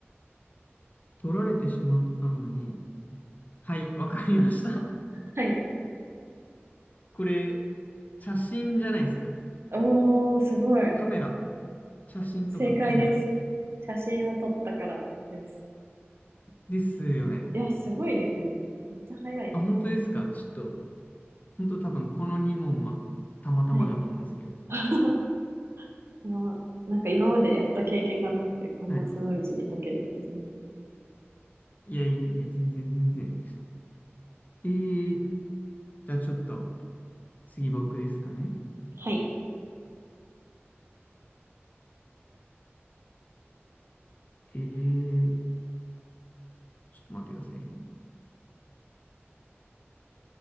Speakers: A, on the left; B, on the right.
A: 取られてしまったのに。はい、わかりました。
B: はい。
A: <laughs> これ、写真じゃないですか。
B: おー、すごい。
A: カメラ。写真とかカメラ。
B: 正解です。写真を撮ったからです。
A: ですよね。
B: いや、すごいですね。めっちゃ早い。
A: あ、本当ですかちょっと、本当多分この2問はたまたまだと思うんですけど。
B: はい。<laughs> まあ、なんか今までやった経験がなくて、こんなスムーズに解けるってすごいです。
A: はい。いやいやいや、全然全然。えーじゃあちょっと、次僕ですかね。
B: はい。
A: えー、ちょっと待ってくださいね。